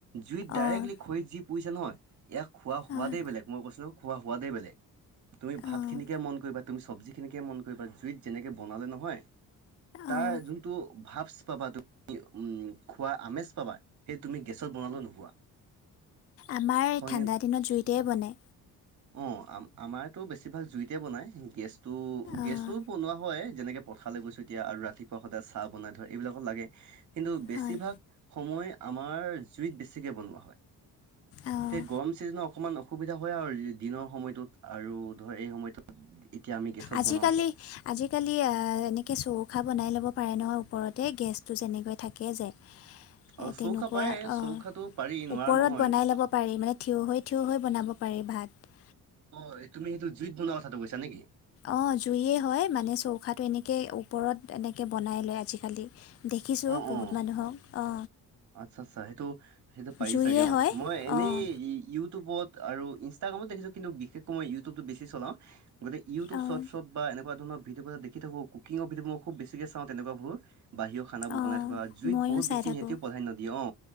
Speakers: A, on the right (about 45°); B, on the left (about 40°).
A: জুইত ডাইৰেক্টলি
B: অঁ
A: খৰি পুইছে নহয় ইয়াক খোৱা সোৱাদেই
B: হয়
A: বেলেগ মই কৈছিলো খোৱা সোৱাদেই বেলেগ। তুমি ভাতখিনিকে
B: অঁ
A: মন কৰিবা তুমি চব্জিখিনিকে মন কৰিবা জুইত যেনেকে বনালে নহয়। তাৰ
B: অঁ
A: যোনটো ভাপচ পাবা তুমি উম খোৱা আমেজ পাবা সেই তুমি গেছত বনালে নোপোৱা।
B: আমাৰ
A: হয়নে
B: ঠাণ্ডা দিনত জুইতে বনে।
A: অ আম আমাৰতো বেছিভাগ জুইতে বনায় গেছটো গেছো
B: অঁ
A: বনোৱা হয়। যেনেকে পথালে গৈছো এতিয়া আৰু ৰাতিপুৱা সদায় চাহ বনাই ধৰে এইবিলাকত লাগে কিন্তু বেছিভাগ
B: হয়
A: সময় আমাৰ জুইত বেছিকৈ বনোৱা হয়
B: অঁ
A: এতিয়া গৰম চিজন অকণমান অসুবিধা হয় আৰু দিনৰ সময়টোত আৰু ধৰ এই সময়টোত এতিয়া আমি গেছত
B: আজিকালি
A: বনাওঁ,
B: আজিকালি আহ এনেকে চৌকা বনাই ল'ব পাৰে নহয়। ওপৰতে গেছটো যেনেকৈ থাকে যে
A: <inaudible>
B: তেনেকুৱা
A: চৌকা পাৰে
B: অ
A: চৌকাটো পাৰি নোৱাৰা
B: ওপৰত
A: নহয়।
B: বনাই ল'ব পাৰি মানে থিয় হৈ থিয় হৈ বনাব পাৰি। ভাত।
A: অ তুমি সেইটো জুইত বনোৱা কথাটো কৈছা নেকি?
B: অঁ জুইয়ে হয় মানে চৌকাতটো এনেকেই ওপৰত এনেকৈ বনাই লয় আজিকালি। দেখিছোঁ
A: অ',
B: বহুত
A: অ'।
B: মানুহক অ।
A: আচ্ছা আচ্ছা সেইটো সেইটো পাৰি
B: জুয়ে
A: চাগে অ
B: হয়
A: মই এনেই
B: অঁ
A: ইউটিউবত আৰু ইনষ্টাগ্ৰামত দেখিছোঁ কিন্তু বিশেষকৈ ইউটউবটো বেছি চলাওঁ গতিকে ইউটউবস্বৰ্ট
B: অঁ
A: চব বা এনেকুৱা ধৰণৰ ভিডিঅ দেখি থাকো কুকিং ভিডিঅ খুব বেছিক চাওঁ তেনেকুৱাবোৰ। বাহিৰৃৰ খানাবোৰ
B: অঁ
A: বনাই থকা জুইত
B: ময়ো
A: বহুত
B: চাই
A: বেছি
B: থাকোঁ
A: সিহঁতেও দিয়ে অ